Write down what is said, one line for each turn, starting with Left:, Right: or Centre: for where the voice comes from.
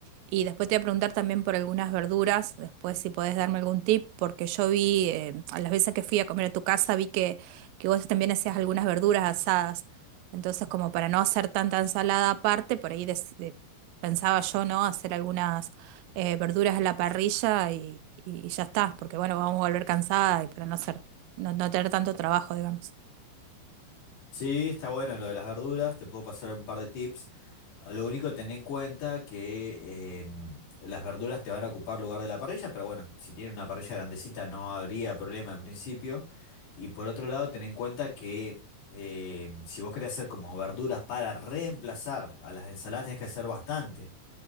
Right: Y después te voy a preguntar también por algunas verduras, después si podés darme algún tip, porque yo vi, eh, a las veces que fui a comer a tu casa, vi que, que vos también hacías algunas verduras asadas. Entonces, como para no hacer tanta ensalada aparte, por ahí des- de- pensaba yo, ¿no? Hacer algunas eh, verduras a la parrilla y, y ya está, porque bueno, vamos a volver cansada y para no hacer, no no tener tanto trabajo, digamos.
Left: Sí, está bueno lo de las verduras, te puedo pasar un par de tips. Lo único, ten en cuenta que em, las verduras te van a ocupar lugar de la parrilla, pero bueno, si tienen una parrilla grandecita no habría problema en principio. Y por otro lado, ten en cuenta que em, si vos querés hacer como verduras para reemplazar a las ensaladas, tenés que hacer bastante.